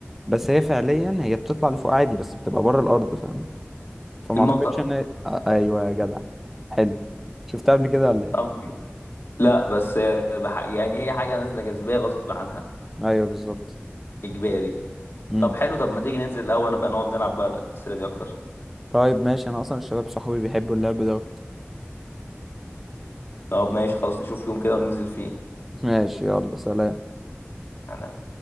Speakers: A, in the centre; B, on the left (about 60°).
A: بس هي فعليا هي بتطلع لفوق عادي بس بتبقى بره الأرض فاهم فما
B: المطر
A: اعتقدش ان هي- آه، ايوه يا جدع حلو شفتها قبل كده ولا ايه
B: طب لا بس بح... يعني هي حاجه نازله جاذبيه غصب عنها
A: ايوه بالظبط
B: اجباري
A: امم
B: طب حلو طب ما تيجي ننزل الاول نبقى نقعد نلعب بقى الاسئله دي اكتر
A: طيب ماشي انا اصلا الشباب صحابي بيحبوا اللعب دوت
B: طب ماشي خلاص نشوف يوم كده وننزل فيه
A: ماشي يلا سلام
B: انا